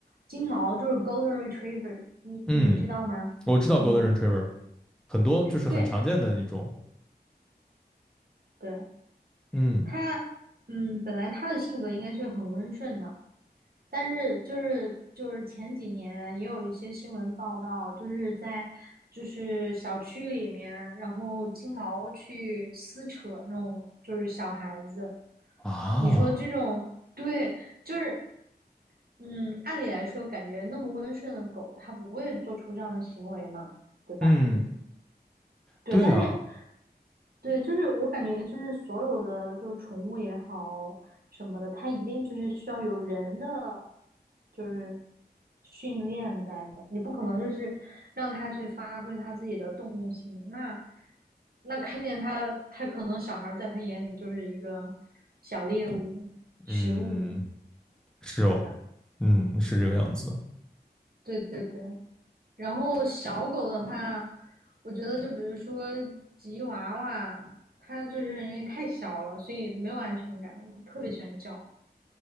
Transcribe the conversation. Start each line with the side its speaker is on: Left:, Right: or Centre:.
Right: 金毛，就是 Golden Retriever，你你知道吗？
Centre: 嗯，我知道
Right: 嗯，
Centre: Golden Retriever 很多就是很常见的一种，
Right: 对对，
Centre: 嗯
Right: 它，嗯，本来它的性格应该是很温顺的，但是就是就是前几年也有一些新闻报道，就是在就是小区里面，然后金毛去撕扯那种就是小孩子。
Centre: 啊，
Right: 你说这种，对，就是嗯，按理来说，感觉那么温顺的狗，它不会做出这样的行为嘛，对吧？
Centre: 嗯，
Right: 对，
Centre: 对啊。
Right: 但是对，就是我感觉就是所有的就是宠物也好什么的，它一定就是需要有人的就是训练在的，你不可能就是让它去发挥它自己的动物性。那那看见它，它可能小孩儿在他眼里就是一个小猎物、食物，
Centre: 嗯，是哦，
Right: 对吧？
Centre: 嗯，是这个样子的。
Right: 对对对，然后小狗的话，我觉得就比如说吉娃娃，它就是因为太小了，所以没有安全感，它特别喜欢叫。